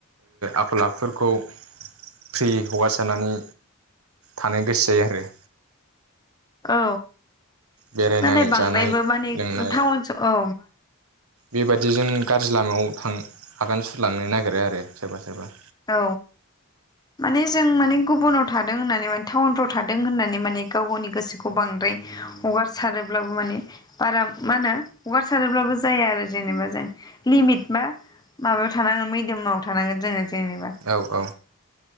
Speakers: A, on the right (about 70°); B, on the left (about 20°).
A: आखल आखुफोरखौ फ्रि हगारासारनानै थानो गोसो जायो आरो।
B: औ
A: बेरायनाय
B: नाथाय बांद्रायबो
A: जानाय
B: मानि
A: लोंनाय
B: टाउन औ
A: बेबादिजों गाज्रि लामायाव थां आगान सुरलांनो नागिरो आरो सोरबा सोरबा
B: औ माने जों माने गुबुनाव थादों होननानै माने टाउनफ्राव थादों होननानै माने गाव गावनि गोसोखौ बांद्राय हगारसारोब्लाबो माने बारा मा होनो हगारसारोब्लाबो जाया आरो जेनेबा जों लिमिट बा माबायाव थानांगोन मैदोमाव थानांगोन जोङो। जेनेबा
A: औ औ